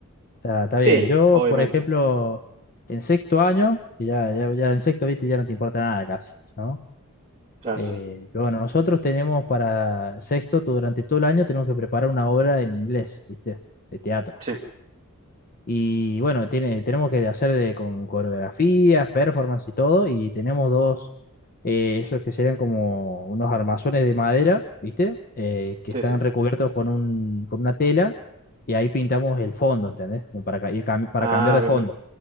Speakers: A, on the left; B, on the right.
A: está, está
B: Sí,
A: bien. Yo,
B: obviamente.
A: por ejemplo, en sexto año, que ya, ya, ya en sexto, ¿viste? Ya no te importa nada casi, ¿no?
B: Claro,
A: Eh,
B: sí.
A: pero bueno, nosotros tenemos para sexto, tú durante todo el año tenemos que preparar una obra en inglés, ¿viste? De teatro.
B: Sí,
A: Y bueno, tiene, tenemos que hacer de- con coreografías, performance y todo, y tenemos dos, eh, esos que serían como unos armazones de madera, ¿viste? Eh, que
B: sí,
A: están
B: sí.
A: recubiertos con un, con una tela, y ahí pintamos el fondo, ¿entendés? Como para, ca- ir cam- para
B: Ah,
A: cambiar de
B: bien,
A: fondo.
B: bien.